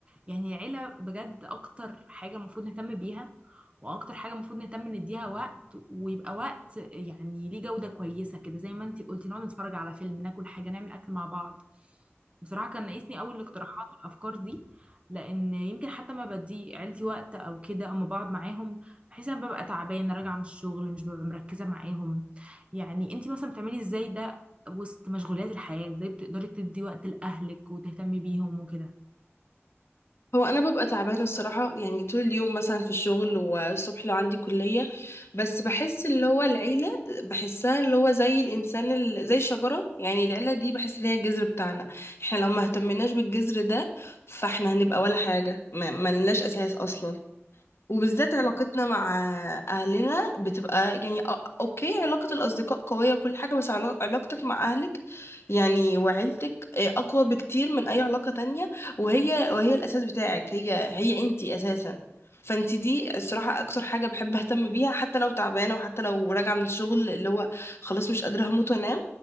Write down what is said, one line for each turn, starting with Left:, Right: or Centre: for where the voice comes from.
Right: يعني عيلة بجد اكتر حاجة المفروض نهتم بيها واكتر حاجة المفروض نهتم نديها وقت ويبقى وقت يعني ليه جودة كويسة كده زي ما انتي قلتي نقعد نتفرج على فيلم ناكل حاجة نعمل اكل مع بعض بصراحة كان ناقصني أوي الاقتراحات والأفكار دي لأن يمكن حتى ما بدي عيلتي وقت أو كده أما بقعد معاهم بحيث أنا ببقى تعبانة راجعة من الشغل مش ببقى مركزة معاهم يعني أنتي مثلا بتعملي إزاي ده وسط مشغولات الحياة ازاي بتقدري تدي وقت لأهلك وتهتمي بيهم وكده
Left: هو انا ببقى تعبانه الصراحه يعني طول اليوم مثلا في الشغل والصبح لو عندي كليه بس بحس اللي هو العيله بحسها اللي هو زي الانسان ال... زي الشجره يعني العيله دي بحس ان هي الجذر بتاعنا احنا لو ما اهتمناش بالجذر ده فاحنا هنبقى ولا حاجه ما ما لناش اساس اصلا وبالذات علاقتنا مع اهلنا بتبقى يعني أ- اوكي علاقة الاصدقاء قوية وكل حاجة بس علا- علاقتك مع اهلك يعني وعيلتك آه، اقوى بكتير من اي علاقة تانية وهي وهي الاساس بتاعك هي هي انتي اساسا فانتي دي الصراحة اكتر حاجة بحب اهتم بيها حتى لو تعبانة وحتى لو راجعة من الشغل اللي هو خلاص مش قادرة هموت وانام